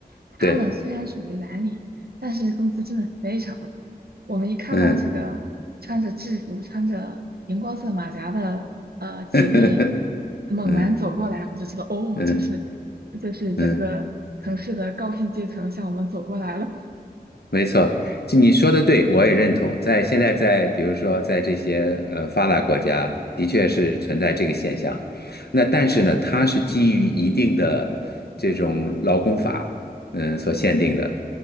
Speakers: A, on the right; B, on the left.
A: 他们虽然属于蓝领，
B: 对，
A: 但是工资真的非常的高。我们一看到这个穿着制服、
B: 嗯
A: 穿着荧光色马甲的呃几位
B: <laughs>
A: 猛男走过来，
B: 嗯
A: 我就知道哦，
B: 嗯
A: 这是这是整个城市的高薪阶层向我们走过来了。
B: 嗯。没错，就你说的对，
A: 嗯
B: 我也认同。在现在在，比如说在这些呃发达国家，的确是存在这个现象。那但是呢，它是基于一定的这种劳工法，嗯，所限定的。